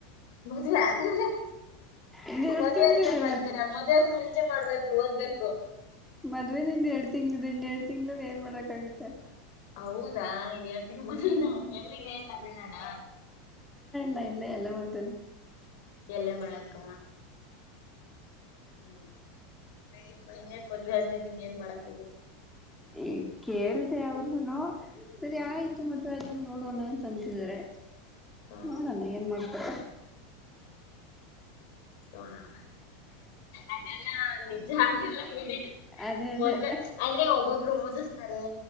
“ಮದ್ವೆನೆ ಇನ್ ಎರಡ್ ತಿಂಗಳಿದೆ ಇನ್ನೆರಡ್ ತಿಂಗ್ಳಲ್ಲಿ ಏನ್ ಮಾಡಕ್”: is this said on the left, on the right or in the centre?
Centre